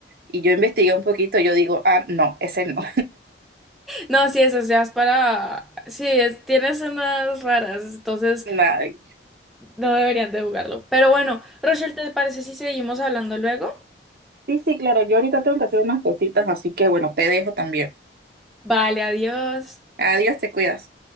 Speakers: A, on the right; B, in the centre.
A: y yo investigué un poquito, yo digo, ah, no, ese no.
B: No, sí, esas ya es para... Sí, es- tienes unas raras, entonces
A: <laughs> Nada.
B: no deberían de jugarlo. Pero bueno, Rochelle, ¿te parece si seguimos hablando luego?
A: Sí, sí, claro, yo ahorita tengo que hacer unas cositas, así que bueno, te dejo también.
B: Vale, adiós.
A: Adiós, te cuidas.